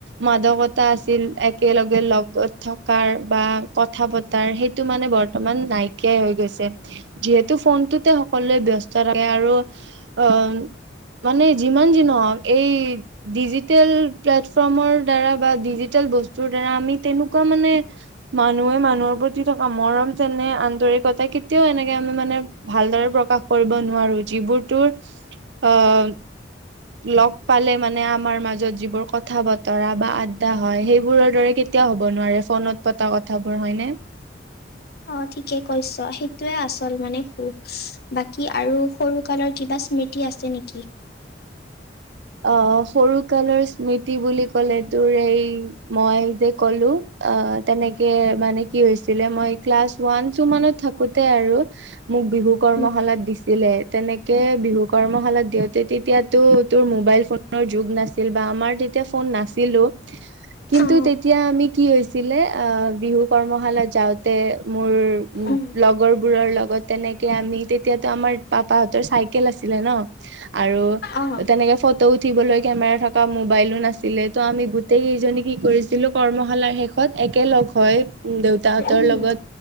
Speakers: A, on the right; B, on the left.
A: মাদকতা আছিল একেলগে লগত থকাৰ বা কথা পতাৰ সেইটো মানে বৰ্তমান নাইকিয়াই হৈ গৈছে যিহেতু ফোনটোতে সকলোৱে ব্যস্ত থাকে আৰু অ মানে যিমান যি নহওক এই ডিজিটেল প্লেটফৰ্মৰ দ্বাৰা বা ডিজিটেল ব্ত বস্তুৰ দ্বাৰা আমি তেনেকুৱা মানে মানুহে মানুহৰ প্ৰতি থকা মৰম যেনে আন্তৰিকতা কেতিয়াও এনেকে আমি মানে ভালদৰে প্ৰকাশ কৰিব নোৱাৰো যিবোৰতৰ আহ লগ পালে মানে আমাৰ মাজত যিবোৰ কথা বতৰা বা আড্ডা হয় সেইবোৰৰ দৰে কেতিয়াও হ'ব নোৱাৰে ফোনত পতা কথাবোৰ হয় নে?
B: অ', ঠিকে কৈছ সেইটোয়ে আচল মানে সুখ, বাকী আৰু সৰু কালৰ কিবা স্মৃতি আছে নেকি?
A: অ', সৰু কালৰ স্মৃতি বুলি ক'লে তোৰ এই মই যে কলো অ আ', তেনেকে মানে কি হৈছিলে মই ক্লাছ ৱানটো মানে থাকোতে আৰু মোক বিহু কৰ্মশালাত
B: উম,
A: দিছিলে তেনেকে বিহু কৰ্মশালাত দিওঁতে তেতিয়াতো তোৰ মোবাইল ফোনৰ যুগ নাছিল বা আমাৰ তেতিয়া ফোন নাছিলো। কিন্তু
B: অ',
A: তেতিয়া আমি কি হৈছিলে অ' বিহু কৰ্মশালাত যাওঁতে মোৰ
B: উম,
A: লগৰ বোৰৰ লগত তেনেকে আমি, তেতিয়াতো আমাৰ পাপাহঁতৰ চাইকেল আছিলে ন, আৰু
B: অ'।
A: তেনেকে ফটো উঠিবলৈ কেমেৰা থকা মোবাইলো নাছিলে ত' আমি গোট টেই কেইজনী কি কৰিছিলোঁ, কৰ্মশালাৰ শেষত একেলগ হৈ দেউতাহঁতৰ
B: উম।
A: লগত